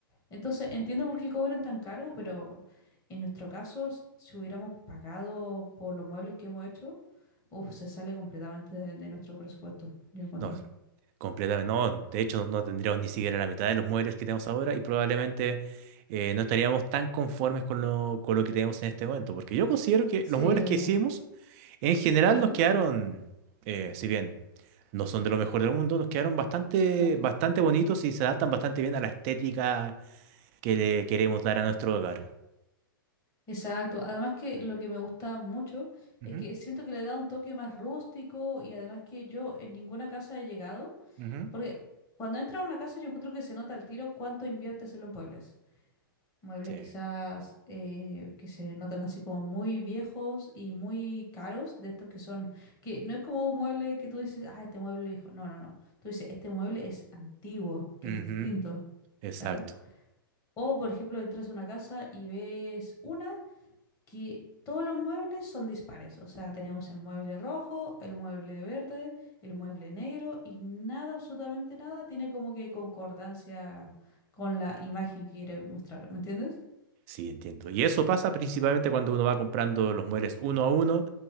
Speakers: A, on the left (about 30°); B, on the right (about 40°).
A: Entonces, entiendo por qué cobren tan caro, pero en nuestro caso, s- si hubiéramos pagado por los muebles que hemos hecho, uf, se sale completamente de, de nuestro presupuesto, yo encuentro.
B: No, completamente no. De hecho, no tendríamos ni siquiera la mitad de los muebles que tenemos ahora y probablemente eh, no estaríamos tan conformes con lo, con lo que tenemos en este momento, porque yo considero que
A: Sí.
B: los muebles que hicimos en general
A: Ujú,
B: nos quedaron, eh, si bien no son de lo mejor del mundo, nos quedaron bastante,
A: Exacto.
B: bastante bonitos y se adaptan bastante bien a la estética que le queremos dar a nuestro hogar.
A: Exacto, además que lo que me gusta mucho
B: Ujú,
A: es que siento que le da un toque más rústico y además que yo en ninguna casa he llegado,
B: ujú.
A: porque cuando entras a una casa yo encuentro que se nota al tiro cuánto inviertes en los muebles. Muebles
B: Sí.
A: quizás eh, que se notan así como muy viejos y muy caros, de estos que son, que no es como un mueble que tú dices, ah, este mueble viejo, no, no, no, tú dices, este mueble es antiguo, que es
B: Ujú,
A: distinto.
B: Exacto.
A: Claro. O, por ejemplo, entras a una casa y ves una que todos los muebles son dispares. O sea, tenemos el mueble rojo, el mueble verde, el mueble negro y nada, absolutamente nada, tiene como que concordancia con la imagen que quiere mostrar. ¿Me entiendes?
B: Sí, entiendo. Y eso pasa principalmente cuando uno va comprando los muebles uno a uno